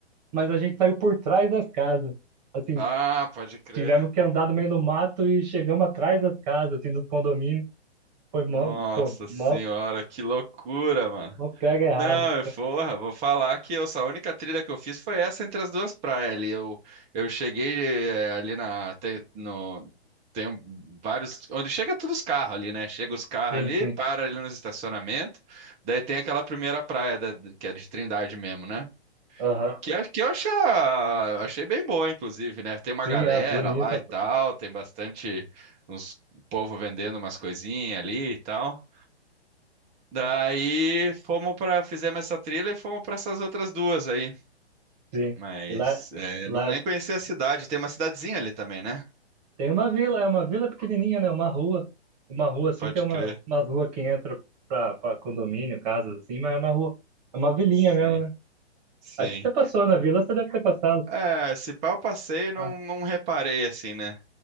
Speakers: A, on the right; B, on the right.
A: mas a gente saiu por trás das casas. Assim,
B: Ah, pode crer.
A: tivemos que andar no meio do mato e chegamos atrás das casas, assim, do condomínio. Foi mó,
B: Nossa
A: pô,
B: senhora,
A: mó,
B: que loucura, mano.
A: mó pega errado.
B: Não, eu- porra, vou falar que eu, a única trilha que eu fiz foi essa entre as duas praias ali. Eu, eu cheguei eh, ali na. Tem, no, tem um- vários. Onde chega todos os carros ali, né? Chega os carros
A: Sim,
B: ali,
A: sim.
B: para ali nos estacionamentos. Daí tem aquela primeira praia, da- que é de Trindade mesmo, né?
A: Aham.
B: Que, é- que eu achei, achei bem boa, inclusive, né? Tem uma
A: Sim,
B: galera
A: é bonita,
B: lá e
A: pô.
B: tal, tem bastante. Uns povo vendendo umas coisinhas ali e tal. Daí fomos para fizemos essa trilha e fomos para essas outras duas aí.
A: Sim.
B: Mas
A: E lá,
B: é,
A: lá
B: não nem conheci a cidade. Tem uma cidadezinha ali também, né?
A: Tem uma vila, é uma vila pequenininha, né? Uma rua. Uma rua assim,
B: Pode
A: tem uma,
B: crer.
A: umas ruas que entra pra, pra condomínio, casas assim, mas é uma rua. É uma vilinha
B: Sim,
A: mesmo, né?
B: sim.
A: Acho que você passou na vila, você deve ter passado.
B: É, se pá, eu passei e não,
A: Ah,
B: não reparei assim, né?